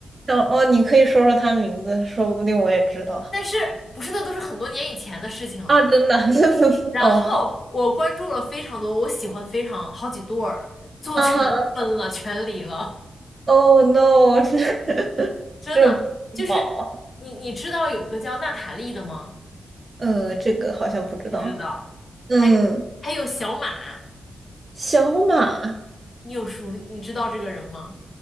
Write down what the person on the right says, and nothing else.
哦哦，你可以说说他名字，说不定我也知道
啊，真的，<laughs>
哦好，
啊哈。
Oh no，<laughs>
这这不知道啊嗯，这个好像不知道。
嗯，
小马